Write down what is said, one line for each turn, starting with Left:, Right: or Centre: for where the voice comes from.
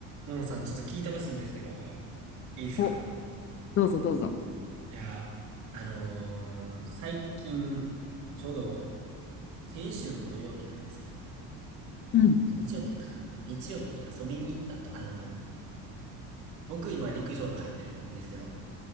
Right: ももさん、ちょっと聞いてほしいんですけど、いいですか
Left: お、どうぞどうぞ。
Right: いや、あのー最近、ちょうど、先週の土曜日なんですけど、
Left: うん、
Right: あ日曜日やったかな日曜日に遊びに行ったと、あのー僕今陸上部入ってるんですけど、